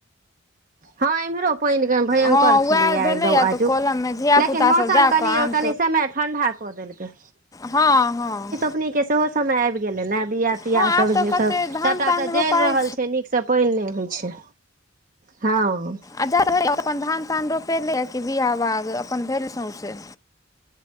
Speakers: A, on the right (about 40°); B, on the left (about 15°).
A: हाँ, एम्हरो पैइन सम- भयंकर
B: हँ
A: छलैयै
B: उएह भेलैए
A: एकदम्म आजुक,
B: तऽ कलममे धियापुतासभ
A: लेकिन मौसम
B: जा
A: कनि,
B: कऽ आम
A: कनि समय ठंडा कदेलकय।
B: हं-हं-
A: पनी के सेहो समय आइब गेलय नैऽ, बिया तिया
B: हँ
A: सब
B: आब तऽ
A: जे सब
B: कतेक धान
A: सभटा
B: तान
A: तऽ जइर
B: रोपाइ
A: रहल छै, नीकसँ पानि नहि होइ छै। हाँ
B: अच्छा से भेलै अपन धान तान रोपेले बिआ बाग अपन भेल सौंसे।